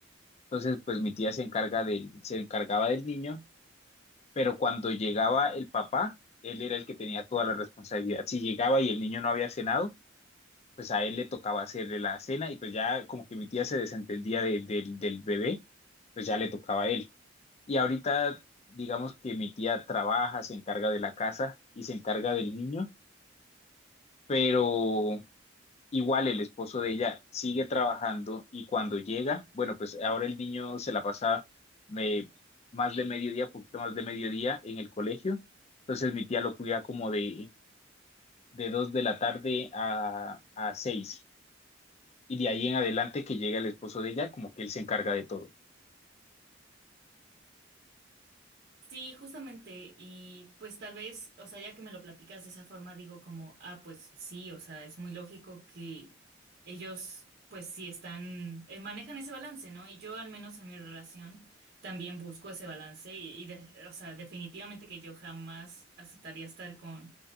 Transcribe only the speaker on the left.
Entonces, pues mi tía se encarga del, se encargaba del niño pero cuando llegaba el papá, él era el que tenía toda la responsabilidad. Si llegaba y el niño no había cenado, pues a él le tocaba hacerle la cena y pues ya como que mi tía se desentendía de- del del bebé, pues ya le tocaba a él. Y ahorita digamos que mi tía trabaja, se encarga de la casa y se encarga del niño, pero Igual el esposo de ella sigue trabajando y cuando llega, bueno, pues ahora el niño se la pasa me- más de mediodía, poquito más de mediodía en el colegio. Entonces mi tía lo cuida como de, de 2 de la tarde a, a seis Y de ahí en adelante que llega el esposo de ella, como que él se encarga de todo.